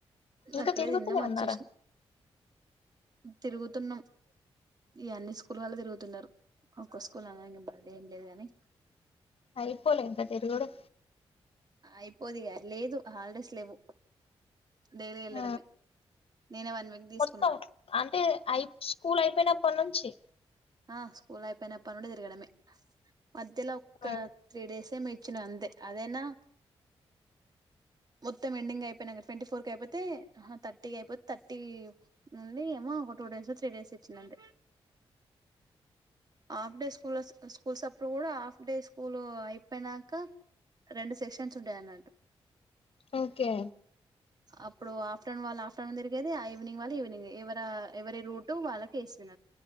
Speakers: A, on the left; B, on the right.
A: ఇంకా
B: అక్కడే
A: తిరుగుతూనే
B: తిన్నం వచ్చేసినం
A: ఉన్నారా
B: తిరుగుతున్నం ఇగ అన్ని స్కూల్ వాళ్ళు తిరుగుతున్నారు ఒక్క స్కూల్ అననికి బాధెం లేదు గాని
A: అయిపోలే ఇంకా తిరుగడం
B: అయిపోదిగా లేదు హాలిడేస్ లేవ్వు డైలీ వెళ్ళడమే
A: ఆ,
B: నేనే వన్ వీక్ తీసుకున్నా
A: మొత్తం అంటే అయి స్కూల్ అయిపోయినప్పట్ నుంచి
B: ఆ స్కూల్ అయిపోయినప్పన్నుండి తిరగడమే మధ్యలో ఒక్క
A: ఆ,
B: త్రీ డేసే ఏమో ఇచ్ ఇచ్చినా అంతే అదైనా మొత్తం ఎండింగ్ అయిపోయినంక ట్వంటీ ఫోర్ కి అయిపోతే ఆహ థర్టీ అయిపోతే థర్టీ నుండి ఎమొ ఒక టూ డేసో త్రీ డేసో ఇచ్చిండ్లంతే హాఫ్ డే స్కూల్ స్కూల్స్ అప్పుడు కూడా హాఫ్ డే స్కూల్ అయిపోయినాక రెండు సెషన్స్ డైనాల్డ్
A: ఓకే
B: అప్పుడు ఆఫ్టర్నూన్ వాళ్ళ ఆఫ్ర్నూ తిరిగేది ఆ ఈవినింగ్ వాళ్ళు ఈవినింగ్ ఎవరి ఎవరి రూట్ వాళ్ళకి వేసి